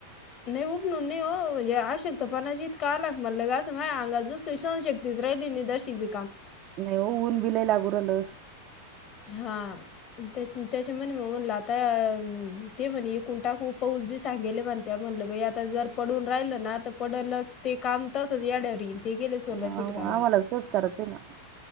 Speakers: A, on the left; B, on the right.
A: नाही उपनून नाही हो, हे आशक्त पणाचं इतका आला म्हणलं की माया अंगात जसं सहनशक्तीच राहिलीच नाही तशीबी.
B: नाही हो ऊन बि लैय लागू राहिलं.
A: हा. त्याचे, त्याचे म्हणे म म्हणल आता ते म्हणे इकून टाकू पाऊस बी सांगेल ये म्हण त्या म्हणलं बाई आता, जर पडून राहिलं ना तर, पडलंच ते काम तसंच याड्यावर येईल. ते गेले सोलर
B: हा,
A: फिट करायलात,
B: आम्हाला तसंच करायचंय ना